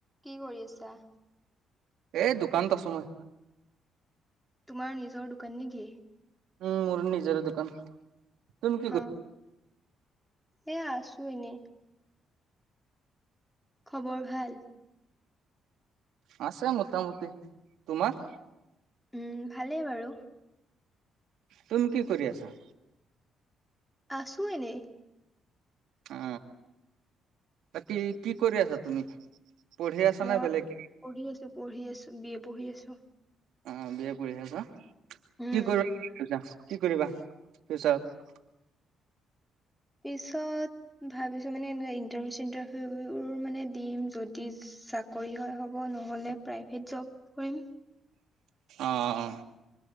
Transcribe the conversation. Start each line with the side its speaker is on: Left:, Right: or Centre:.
Centre: কি কৰি আছা?
Right: এ দোকানত আছো মই।
Centre: তোমাৰ নিজৰ দোকান নেকি?
Right: উম মোৰ নিজৰে দোকান তুমি কি
Centre: অ
Right: কৰি
Centre: এ আছো এনেই খবৰ ভাল?
Right: আছে মোটামুটি তোমাৰ
Centre: উম ভালেই বাৰু
Right: তুম কি কৰি আছা?
Centre: আছো এনেই।
Right: অ, বাকী কি কৰি আছা তুমি পঢ়ি আছা
Centre: মই
Right: নে বেলেগ?
Centre: পঢ়ি আছো, পঢ়ি আছো বি এ পঢ়ি আছো।
Right: অ, বি এছ পঢ়ি আছা,
Centre: উম
Right: কি কৰিব কি কৰিবা ফিউচাৰত?
Centre: পিছত ভাবিছো মানে এনে ইন্টাৰভিউ চিন্টাৰভিউ মানে দিম যদি, চাকৰি হয় হ'ব, নহ'লে প্ৰাইভেট জব কৰিম।
Right: অ অ,